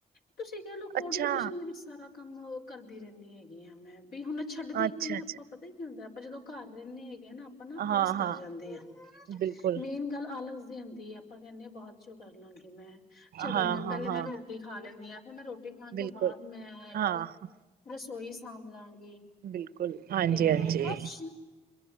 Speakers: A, on the left; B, on the right.
A: ਤੁਸੀਂ ਕਹਿ ਲਓ ਕੋਰਡੀਨੇਸ਼ਨ
B: ਅੱਛਾ
A: ਦੇ ਵਿੱਚ ਸਾਰਾ ਕੰਮ ਕਰਦੀ ਰਹਿੰਨੀ ਹੈਗੀ ਆ ਮੈਂ ਵੀ ਹੁਣ ਛੱਡਦੀ
B: ਅੱਛਾ
A: ਕਈ
B: ਅੱਛਾ
A: ਆਪਾਂ ਪਤ ਪਤਾ ਕੀ ਹੁੰਦਾ ਆਪਾਂ ਜਦੋਂ ਘਰ ਰਹਿੰਨੇ ਹੈਗੇ ਆ ਨਾ ਅਪ ਆਪਾਂ ਨਾ
B: ਹਾਂ
A: ਆਲਸ ਕਰ
B: ਹਾਂ
A: ਜਾਂਦੇ ਹਾਂ।
B: ਬਿਲਕੁਲ
A: ਮੇਨ ਗੱਲ ਆਲਸ ਦੀ ਹੁੰਦੀ ਆ। ਆਪਾਂ ਕਹਿੰਨੇ ਆ ਬਾਅਦ 'ਚ ਕਰਲਾਂਗੇ ਮੈਂ, ਚਲ
B: ਹਾਂ ਹਾਂ
A: ਪਹਿਲੇ
B: ਹਾਂ
A: ਮੈਂ ਰੋਟੀ ਖਾ ਲੈਂਨੀ ਆ ਫਿਰ ਮੈਂ ਰੋ ਰੋਟੀ ਖਾਣ
B: ਬਿਲਕੁਲ
A: ਤੋਂ ਬਾਅਦ ਮੈਂ,
B: ਹਾਂ
A: ਰਸੋਈ ਸਾਂਭ ਲਾਂਗੀ।
B: ਬਿਲਕੁਲ- ਹਾਂਜੀ
A: ਤੇ
B: ਹਾਂਜੀ
A: ਬਸ।